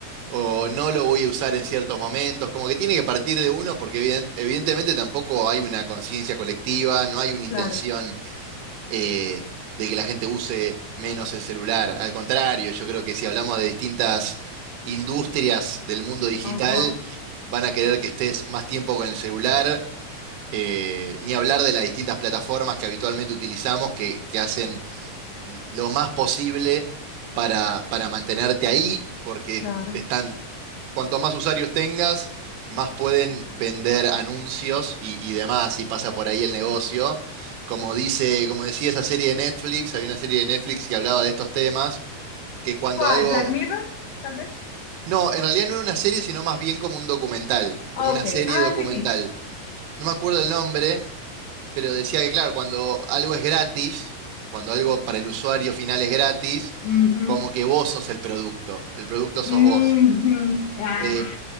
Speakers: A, on the right (about 85°); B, on the left (about 85°).
A: o no lo voy a usar en ciertos momentos, como que tiene que partir de uno porque eviden- evidentemente tampoco hay una conciencia colectiva, no hay una intención
B: Claro,
A: eh, de que la gente use menos el celular. Al contrario, yo creo que si hablamos de distintas industrias del mundo digital,
B: ajá,
A: van a querer que estés más tiempo con el celular, eh, ni hablar de las distintas plataformas que habitualmente utilizamos que, que hacen lo más posible para, para mantenerte ahí, porque
B: claro.
A: están, cuanto más usuarios tengas, más pueden vender anuncios y, y demás, y pasa por ahí el negocio. Como dice, como decía esa serie de Netflix, había una serie de Netflix que hablaba de estos temas, que cuando
B: ¿Cuál?
A: algo...
B: ¿Black Mirror? Tal vez.
A: No, en realidad no era una serie, sino más bien como un documental, como
B: Ok,
A: una serie
B: ah,
A: documental.
B: sí, sí.
A: No me acuerdo el nombre, pero decía que, claro, cuando algo es gratis, cuando algo para el usuario final es gratis,
B: Ujú,
A: como que vos sos el producto, el producto sos
B: ujú,
A: vos.
B: Ah,
A: Eh,